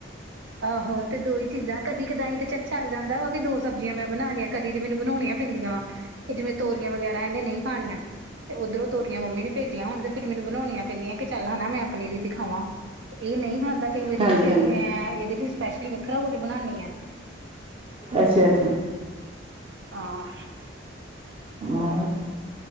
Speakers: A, on the right; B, on the right.
A: ਆਹੋ ਤੇ ਦੋ ਹੀ ਚੀਜ਼ਾਂ ਕਦੀ ਕਦਾਈ ਤੇ ਚੱਲ- ਚੱਲ ਜਾਂਦਾ ਵ ਦੋ ਸਬਜ਼ੀਆਂ ਮੈਂ ਬਣਾ ਲਈਆਂ ਕਦੀ ਤੇ ਮੈਨੂੰ ਬਣਾਉਣੀਆਂ ਪੈਂਦੀਆਂ ਵਾ ਕਿ ਜਿਵੇਂ ਤੋਰੀਆਂ ਵਗੈਰਾ ਇਹਨੇ ਨਹੀਂ ਖਾਣੀਆਂ ਤੇ ਉੱਧਰੋਂ ਤੋਰੀਆਂ ਮੰਮੀ ਨੇ ਭੇਜੀਆਂ ਹੋਣ ਤੇ ਫਿਰ ਮੈਨੂੰ ਬਣਾਉਣੀਆਂ ਪੈਂਦੀਆਂ ਕਿ ਚੱਲ ਹਨਾ ਮੈਂ ਆਪਣੇ ਲਈ ਤੇ ਖਾਵਾਂ ਇਹ ਨਹੀ ਖਾਂਦਾ ਕਈ ਵਾਰੀ
B: ਹਾਂਜੀ
A: ਤੇ ਫੇਰ
B: ਹਾਂਜੀ
A: ਮੈਂ ਇਹਦੇ ਲਈ ਸਪੈਸ਼ਲ ਵੱਖਰਾ ਕੁਝ ਬਨਾਨੀ ਆਂ।
B: ਅੱਛਾ -ਅੱਛਾ
A: <inaudible> ਆਂ।
B: ਹਾਂ।